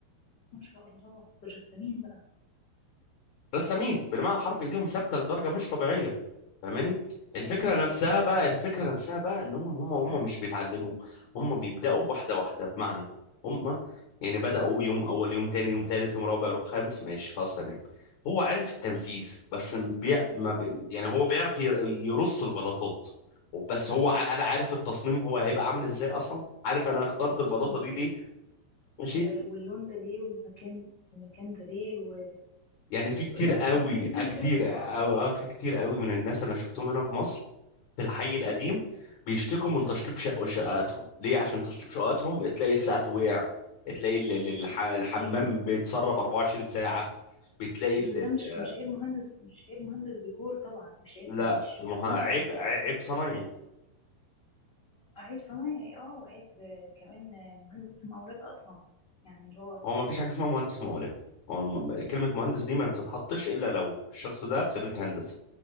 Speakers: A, on the left (about 80°); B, on the left (about 60°).
A: ما شاء الله دول رسامين بقى
B: رسامين بالمعنى حرف ايديهم ثابته لدرجه مش طبيعيه فاهماني الفكره
A: ايوه ايوه
B: نفسها
A: يعني
B: بقى الفكره نفسها بقى انهم هم
A: مم.
B: هم مش بيتعلموا هم بيبداوا واحده واحده بمعنى هم يعني بداوا يوم اول يوم تاني يوم تالت يوم رابع يوم خامس ماشي خلاص تمام هو عرف التنفيذ بس م- بيع ما بي يعني هو بيعرف ير- يرص البلاطات بس
A: مم.
B: هو ع- هل عارف التصميم هو هيبقى عامل ازاي اصلا عارف انا اخترت البلاطه
A: بالظبط
B: دي ليه ماشي
A: ولا- واللون ده ليه والمكان المكان ده ليه و...
B: يعني في كتير
A: لا
B: قوي
A: تفاصيل كتير
B: آه، كتير
A: بتفرق
B: آه،
A: اه اه اه
B: آه، في كتير قوي من الناس انا شفتهم هنا في مصر في الحي القديم بيشتكوا من تشطيب شق- شققاتهم ليه عشان تشطيب شققاتهم تلاقي السقف وقع تلاقي ال-
A: ياه
B: ال- الح- الحمام
A: ليه كده
B: بيتسرب 24 ساعة بتلاقي
A: بس
B: ال...
A: ده
B: ال-
A: مش مش عيب مهندس مش عيب مهندس ديكور طبعا مش عيب
B: لا
A: مش شغلك
B: ما هو عيب
A: انت ده
B: عيب صنايعي
A: عيب صنايعي اه وعيب آه، كمان آه، مهندس مقاولات اصلا يعني اللي هو
B: هو ما فيش حاجة اسمها مهندس مقاولات هو م- م- كلمة مهندس دي ما بتتحطش إلا لو الشخص ده خريج هندسة